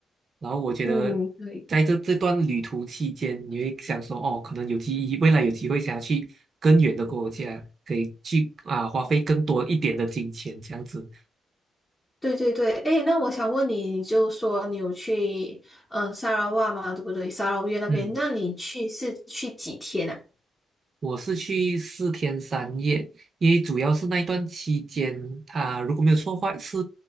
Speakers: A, on the right (about 50°); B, on the left (about 15°).
A: 然后我觉得在这这段旅途期间，
B: 嗯，对。
A: 你会想说，哦，可能有机未来有机会想要去更远的国家，可以去啊、花费更多一点的金钱这样子，
B: 对对对，哎，那我想问你，你就说你有去嗯沙拉哇嘛，对不对？沙拉越那边，
A: 嗯。
B: 那你去是去几天啊？
A: 我是去四天三夜，因为主要是那一段期间，啊、如果没有错的话是